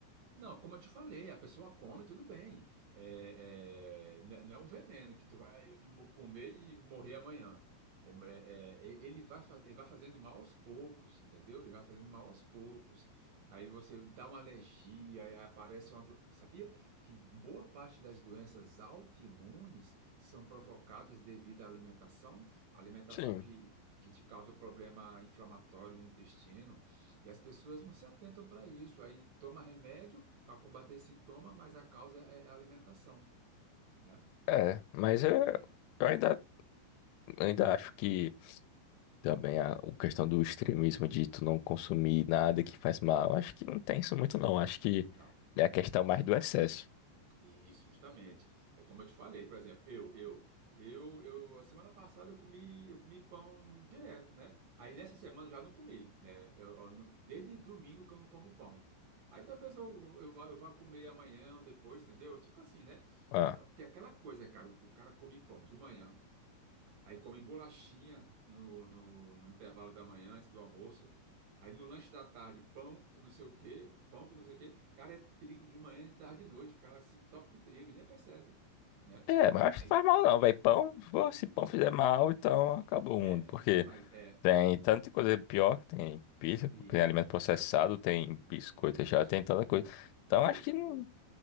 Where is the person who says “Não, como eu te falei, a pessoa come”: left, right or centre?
Right